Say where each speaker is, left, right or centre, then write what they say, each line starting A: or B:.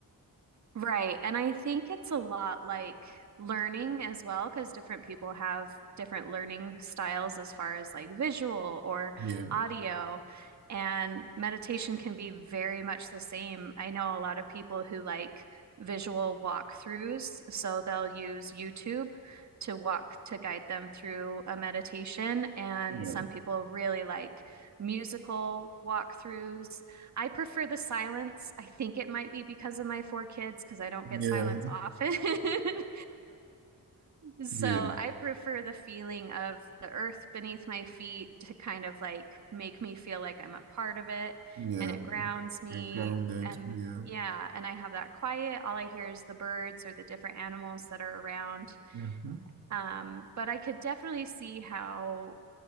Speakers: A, on the right (about 50°); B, on the right (about 90°).
A: Right. And I think it's a lot like learning as well, because different people have different learning styles as far as like visual or
B: Yeah.
A: audio. And meditation can be very much the same. I know a lot of people who like visual walkthroughs, so they'll use YouTube to walk to guide them through a meditation. And
B: Yeah.
A: some people really like musical walkthroughs. I prefer the silence. I think it might be because of my four kids, because I don't get
B: Yeah.
A: silence often. <laughs> So
B: <laughs> Yeah.
A: I prefer the feeling of the earth beneath my feet to kind of like make me feel like I'm a part of it
B: Yeah.
A: and it grounds me.
B: You're grounded.
A: And
B: Yeah.
A: yeah, and I have that quiet. All I hear is the birds or the different animals that are around.
B: hmm
A: Um, but I could definitely see how